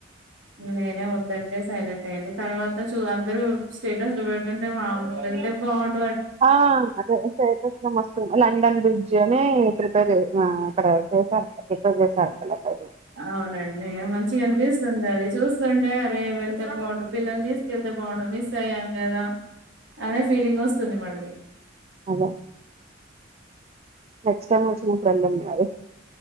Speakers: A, on the right; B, on the right.
A: ఇంగ నేనే వొద్దంటే సైలెంట్ అయింది తర్వాత చూ అందరూ స్టేటస్లు వెడుతుంటే పాపం వెళ్తే బావున్
B: ఆ అదే స్టేటస్లో మస్త్ లండన్ బ్రిడ్జ్ జమే ప్రిఫర్ జేస్ మా అక్కడ సోఫా ప్రిఫర్ చేశారంట గదా
A: అవునండి మంచిగ అనిపిస్తుందది చూస్తుంటే అరే వెల్ తే బావుండు పిల్లల్ని తీసుకెళ్తే బావుండు మిస్ అయ్యాను గదా అనే ఫీలింగొస్తుంది మళ్ళీ
B: అదే నెక్స్టైమ్ వచ్చినపుడు వెళ్దాం మరి